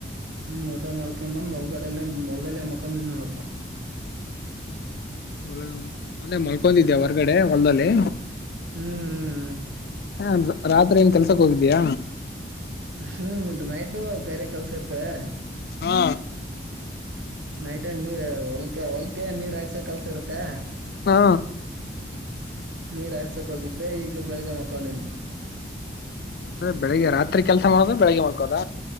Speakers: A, on the right; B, on the left.
A: ಹ್ಮ ಊಟ ಮಾಡ್ಕೊಬಂದ್ ಹೊಲ್ಕಡ್ ಹೊಲ್ದೆಲ್ಲ ಮಕ್ಕದಿನಿ ನೋಡಪ್ಪಾ
B: <unintelligible> ಒಂದೇ ಮಲ್ಕೊಂಡಿದ್ಯಾ ಹೊರಗಡೆ ಹೊಲ್ದಲ್ಲಿ.
A: ಹ್ಮ್ ಹ್ಮ್ ಹ್ಮ್
B: ಹಾ ರಾತ್ರಿ ಏನ್ ಕೆಲ್ಸಕ್ ಹೋಗಿದ್ದೀಯ
A: ಹ್ಮ್ ನೈಟ್ ಬೇರೆ ಕೆಲ್ಸ ಇರ್ತವೆ
B: ಹಾ
A: ನೈಟ್ ಏನ್ ಹೊಲ್ಕ ಹೊಲ್ಕೆ ನೀರ್ಯಸ ಕೆಲ್ಸ ಇರುತ್ತೆ
B: ಹಾ
A: ನೀರ್ಹಸಕ್ ಹೋಗಿದ್ದೆ ಈಗ ಬೆಳಗ್ ಮಕೊಂಡನ್
B: ಅಂದ್ರೆ ಬೆಳಗ್ಗೆ ರಾತ್ರಿ ಕೆಲ್ಸ ಮಾಡೋದ ಬೆಳಿಗ್ಗೆ ಮಲ್ಕೋಳೊದ